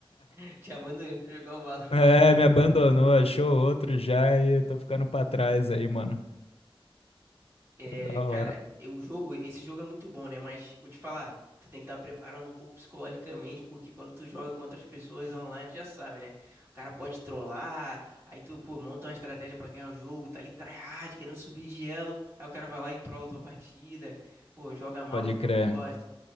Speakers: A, on the right; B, on the left.
A: <laughs> Te abandonei pra jogar o Valorant.
B: É, me abandonou, achou outro já e eu tô ficando pra trás aí, mano.
A: É,
B: Pô, da
A: cara,
B: hora.
A: eu- o jogo, esse jogo é muito bom, né? Mas vou te falar, tu tem que estar preparando um pouco psicologicamente, porque quando tu joga com outras pessoas online, tu já sabe, né? O cara pode trollar, aí tu, pô, monta uma estratégia pra ganhar o jogo, tá ali tryhard, querendo subir de elo, aí o cara vai lá e trola tua partida, pô, joga mal
B: Pode
A: de propósito,
B: crer.